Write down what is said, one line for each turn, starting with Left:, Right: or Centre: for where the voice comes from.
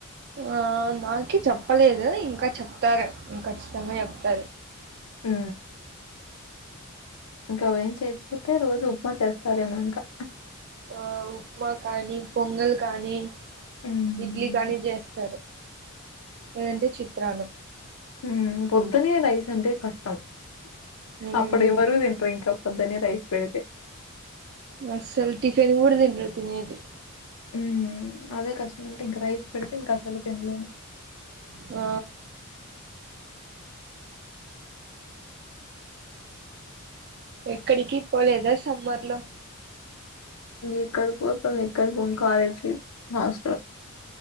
Right: ఆ మాకి చెప్పలేదు ఇంకా చెప్తారు ఖచ్చితంగా చెప్తారు
Left: మ్ ఇంకా అవేం చేయకపోతే రోజు ఉప్మా చేస్తారేమో ఇంకా
Right: ఆ ఉప్మా కానీ పొంగల్ కానీ
Left: హ్మ్
Right: ఇడ్లీ కానీ చేస్తారు లేదంటే చిత్రాన్నం
Left: మ్ పొద్దునె రైస్ అంటే కష్టం
Right: ఉమ్
Left: అప్పుడు ఎవరు తినర్ ఇంకా పొద్దున్నే రైస్ పెడితే
Right: అస్సలు టిఫిన్ కూడా తినర్ తినేది
Left: ఉమ్ అదే కష్టం అంటే ఇంకా రైస్ పెడితే ఇంకా అసలు తిన్లేము
Right: ఆ ఎక్కడికి పోలేదా సమ్మర్ లో
Left: ఎక్కడికి పోతాం ఎక్కడ పోం కాలేజీకి హాస్